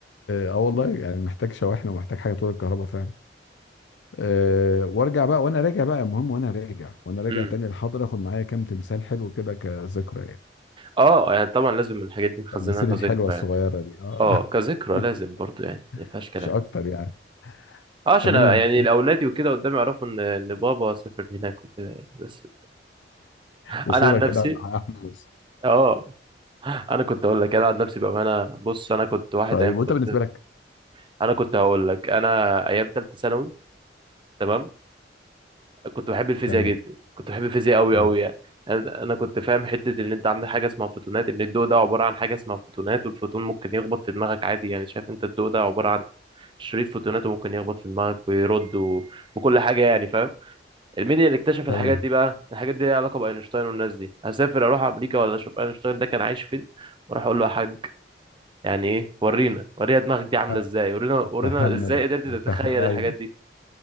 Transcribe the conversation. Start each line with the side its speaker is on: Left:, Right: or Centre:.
Left: آه، والله يعني محتاج شواحن ومحتاج حاجه طول الكهرباء فعلا أه وارجع بقى وانا راجع بقى المهم وانا راجع وانا راجع
Right: امم
Left: تاني الحاضر اخد معايا كام تمثال حلو كده كذكرى يعني
Right: اه يعني طبعا لازم الحاجات دي نخزنها
Left: التماثيل
Right: كذكرى
Left: الحلوه الصغيره
Right: يعني
Left: دي اه
Right: اه كذكرى
Left: <laughs>
Right: لازم برضو يعني ما فيهاش كلام
Left: مش اكتر يعني
Right: اه عشان
Left: تمام
Right: أ- يعني الاولاد وكده قدام يعرفوا ان ان بابا سافر هناك وكده يعني بس انا
Left: وصوره
Right: عن نفسي
Left: كده مع احمد
Right: اه انا كنت اقول لك انا عن نفسي بقى انا بص انا كنت
Left: <laughs>
Right: واحد
Left: طيب
Right: ايام
Left: وانت
Right: كنت
Left: بالنسبه لك
Right: انا كنت هقول لك انا ايام ثالثه ثانوي تمام كنت بحب الفيزياء
Left: تمام
Right: جدا كنت بحب الفيزياء قوي
Left: حلو
Right: قوي يعني انا أنا كنت فاهم حته ان انت عندك حاجه اسمها فوتونات ان الضوء ده عباره عن حاجه اسمها فوتونات والفوتون ممكن يخبط في دماغك عادي يعني شايف انت الضوء ده عباره عن شريط فوتونات وممكن يخبط في دماغك ويرد و... وكل حاجه يعني فاهم مين اللي اكتشف
Left: تمام
Right: الحاجات دي بقى الحاجات دي ليها علاقه باينشتاين والناس دي هسافر اروح امريكا ولا اشوف اينشتاين ده كان عايش فين واروح اقول له يا حاج يعني ايه ورينا ورينا دماغك دي عامله
Left: آه،
Right: ازاي ورينا ورينا
Left: فهمنا
Right: ازاي
Left: بقى
Right: قدرت تتخيل
Left: فه...
Right: الحاجات
Left: ايوه
Right: دي